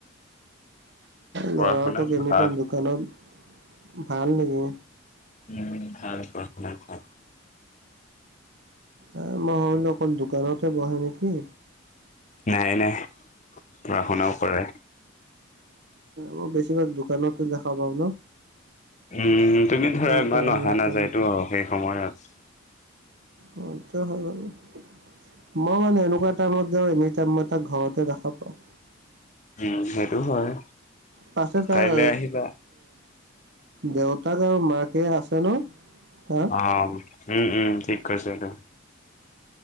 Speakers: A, on the left; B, on the right.
A: পঢ়া
B: লৰাটো
A: শুনাত
B: কিনি
A: ভাল।
B: থম দোকানত ভাল নেকি।
A: উম ভাল ভ ভাল ভাল।
B: আহ মই হলো অকল দোকানতে বহে নেকি।
A: নাই নাই পঢ়া শুনাও কৰে।
B: মই বেছিভাগ দোকানতে দেখা পাওঁ ন।
A: উম তুমি ধৰা
B: তাৰ
A: ইমান
B: কাৰণে
A: অহা নাযায়তো
B: ক'লো।
A: আৰু সেই সময়ত।
B: অ এইটোৱে হয় বাৰু মই মানে এনেকুৱা টাইমত যাওঁ এনি টাইম তাক ঘৰতে দেখা পাওঁ।
A: উম সেইটো হয়।
B: তাছে তাই
A: কাইলৈ আহিবা।
B: দেউতাক আৰু মাকে আছে ন। তাৰ?
A: অ উম উম ঠিক কৈছেটো।